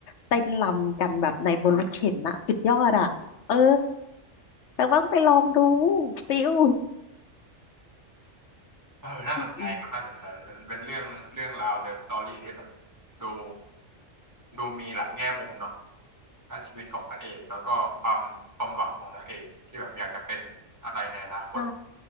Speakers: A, on the left; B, on the right.
A: เต้นรำกันแบบในบนรถเข็นนะสุดยอดอ่ะเออแต่ว่าต้องไปลองดูฟิล
B: เออน่าสนใจครับ
A: อืม
B: น่าสนใจ เป็นเป็นเรื่องเรื่องราวเลิฟสตอรี่ที่แบบดูดูมีหลายแง่มุมเนาะด้านชีวิตของพระเอก แล้วก็ความความหวังของนางเอกที่แบบอยากจะเป็นอะไรในอนาคต
A: ใช่